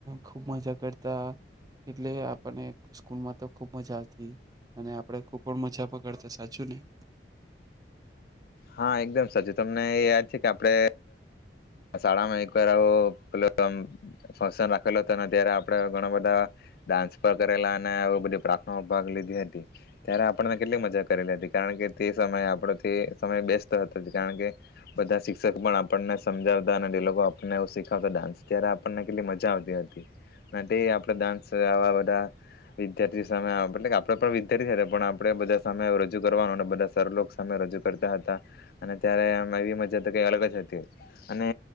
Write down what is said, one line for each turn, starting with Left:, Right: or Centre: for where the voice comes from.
Right: ખુબ મજા કરતા એટલે આપણને સ્કૂલમાં તો ખુબ મજા આવતી અને આપે ખુબ પણ મજા વગડતા સાચું ને
Left: હા એકદમ સાચું તમને યાદ છે કે આપણે શાળામાં એકવાર આવ પે ફંક્શન રાખેલો હતો ત્યારે આપણે ઘણા બધા ડાન્સ પર કરેલા અને આવ બધી પ્રાર્થના ભાગ લીધી હતી ત્યારે આપણને કેટલી મજા કરેલી હતી કારણ કે તે સમયે આપડ સમય બેસ્ટ હતો કારણ કે બધા શિક્ષક પણ આપણને સમજાવતા અને એ લોકો આપણને એ શીખાવતા ડાન્સ ત્યારે આપણને કેટલી મજા આવતી હતી અને આપે ડાન્સ આવા બધા વિદ્યાર્થી સામે આપણેે પણ વિદ્યાર્થી હતા પણ આપણેે બધા સામે રજૂ કરવાનું બધા સરલો સામે રજૂ કરતા હતા અને ત્યારે એવી મજા તો કે અલગ જ હતી અને